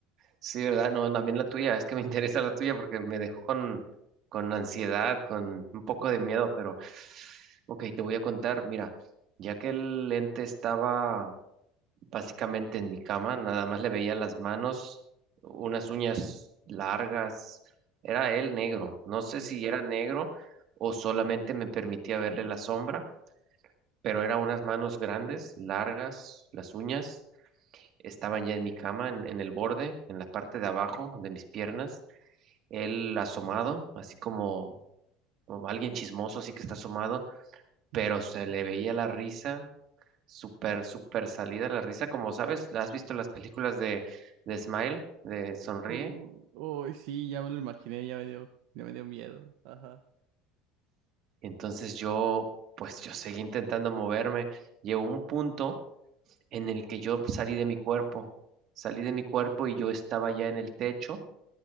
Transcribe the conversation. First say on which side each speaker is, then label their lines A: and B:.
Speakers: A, on the right; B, on the right.
A: Sí, ¿verdad? No, también la tuya, es que me <laughs> interesa la tuya porque me dejó con, con ansiedad, con un poco
B: Mm,
A: de miedo, pero ok, te voy a contar, mira, ya que el lente estaba básicamente en mi cama, nada más le veía las manos, unas uñas largas, era él negro, no sé
B: mm,
A: si era negro o solamente me permitía verle la sombra, pero eran unas manos grandes, largas, las uñas estaban ya en mi cama, en, en el borde, en la parte de abajo de mis piernas, él asomado, así como, como alguien chismoso, así que está asomado pero
B: mm.
A: se le veía la risa, súper, súper salida la risa, como sabes, ¿has visto las películas de, de Smile, de Sonríe?
B: Uy, uy, sí, ya me lo imaginé, ya me dio, ya me dio miedo. Ajá.
A: Entonces yo, pues yo seguí intentando moverme, llegó un punto en el que yo salí de mi cuerpo, salí de mi cuerpo y yo estaba ya en el techo